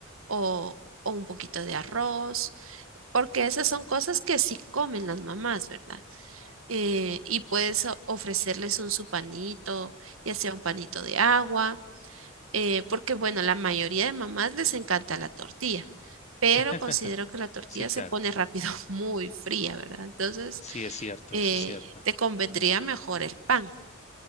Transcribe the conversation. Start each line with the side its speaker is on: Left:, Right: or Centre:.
Right: o, o un poquito de arroz, porque esas son cosas que sí comen las mamás, ¿verdad? eh, y puedes o- ofrecerles un su panito, ya sea un panito de agua, eh, porque bueno, la mayoría de mamás les encanta la tortilla, pero
Left: <laughs>
Right: considero que la tortilla
Left: Sí, claro.
Right: se pone rápido <laughs> muy fría, ¿verdad? Entonces,
Left: Sí, es cierto.
Right: eh,
Left: Eso es cierto.
Right: te convendría mejor el pan.